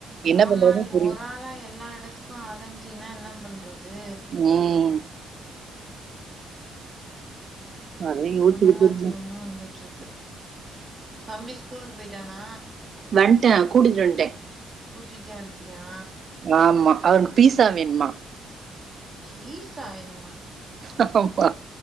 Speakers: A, on the right; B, on the right.
A: என்ன
B: ஆமா
A: பண்றதுன்னு
B: நீ
A: புரியல.
B: ஒரு ஆளா எல்லா எடத்துக்கும் அலஞ்சீனா என்ன பண்றது
A: ம் அதே யோசிச்சுக்கிட்டு
B: ஒண்ணு மாத்தி
A: இருந்தேன்.
B: ஒண்ணு வந்துட்ருக்கு தம்பி ஸ்கூலுக்கு போயிட்டானா
A: வந்ட்ட கூட்டிட் வந்ட்ட
B: கூட்டிட்டே வந்ட்டியா
A: ஆமா அவனுக் பீஸா வேணுமா
B: பீஸா வேணும்மா
A: அப்பா